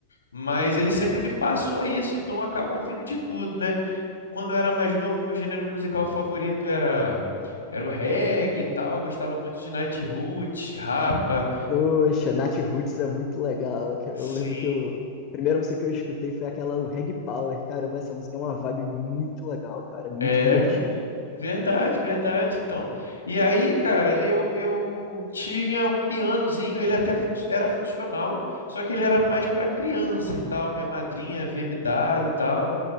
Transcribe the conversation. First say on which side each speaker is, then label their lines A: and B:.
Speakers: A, on the left (about 75°); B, on the left (about 35°).
A: mas ele sempre me passou isso, então eu acabo ouvindo de tudo, né? Quando eu era mais novo, meu gênero musical favorito era era o reggae e tal, eu gostava muito de Nightroot, Rapa.
B: Poxa, Nat Roots é muito legal. Eu
A: Sim,
B: lembro que eu. A primeira música que eu escutei foi aquela o Reg Power. Caramba, essa música é uma vibe muito legal, cara. Muito
A: é
B: divertida.
A: verdade, verdade, então. E aí, cara, eu eu tinha um pianozinho, ele até fun- era funcional, só que ele era mais para criança e tal, minha madrinha havia me dado e tal.